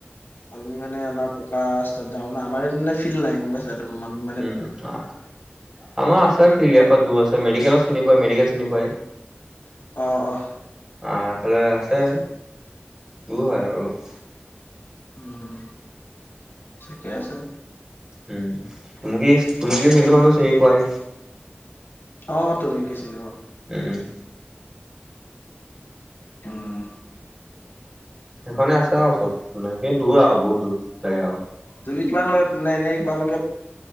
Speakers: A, on the left (about 70°); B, on the right (about 15°).
A: আমি মানে আমাৰ পকাৰাস্তাত যাও না আমাৰ ইয়াত মানে ফিল্ড নাই গম পাইছা মন <unintelligible>
B: উম, অ'। আমাৰ আছে ফিল্ড ইয়াৰ দূৰ আছে মেডিকেলত চিনি পোৱা, মেডিকেল চিনি পায়।
A: অ', অ'।
B: আহ এফালে আছে, দূৰ হয় আৰু অলপ।
A: উম। ঠিকে আছে
B: উম, তুমি কি-তুমি কি ফিল্ডখনো চিনি পোৱাই।
A: অ', তুমি কি চিনি পাওঁ।
B: উম, উম।
A: উম।
B: সেইখনে আছে আৰু ওচৰত মানে সেই দূৰ আৰু বহুত দূৰ তাকে আৰু।
A: তুমি কিমালৈ মানে এনে কিমান লকে